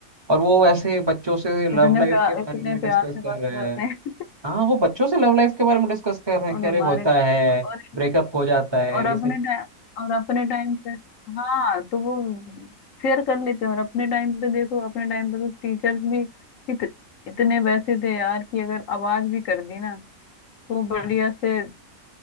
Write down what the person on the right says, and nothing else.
और वो ऐसे बच्चों से लव
लाइफ
के
बारे में
डिस्कस
कर रहे
हैं
हाँ वो बच्चों से लव लाइफ के बारे में डिस्कस कर रहे हैं
कि
अरे होता
है
ब्रेकअप हो जाता है
ये सब
चीजें।